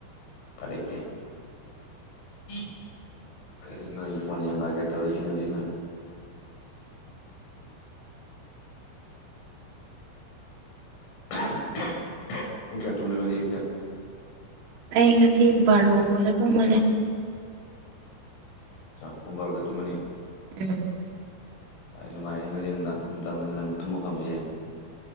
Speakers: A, on the left; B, on the right.
A: ꯎꯄꯥꯏ ꯂꯩꯇꯦ <unintelligible> ꯀꯔꯤꯅꯣ ꯑꯩ ꯐꯣꯟ ꯌꯥꯝ ꯕꯥꯏꯕ꯭ꯔꯦꯠ ꯇꯧꯔꯤꯖꯤꯅ ꯍꯨꯖꯤꯛꯅ <unintelligible> ꯄꯨꯡ ꯀꯌꯥ ꯇꯨꯝꯕꯅꯣ ꯅꯣꯏꯗꯤ ꯍꯦꯛꯇ
B: ꯑꯩ ꯉꯁꯤ ꯕꯥꯔꯣꯗ ꯇꯨꯝꯃꯅꯤ
A: ꯑꯆꯥ ꯄꯨꯡ ꯕꯥꯔꯣꯗ ꯇꯨꯝꯃꯅꯤ
B: ꯎꯝ
A: ꯑꯩ ꯅꯨꯡꯉꯥꯏꯅꯤ ꯅꯣꯏꯗꯤ ꯅꯨꯡꯗꯥꯡ ꯅꯨꯡꯗꯥꯡꯗꯒ ꯉꯟꯅ ꯇꯨꯝꯕ ꯐꯪꯕꯁꯦ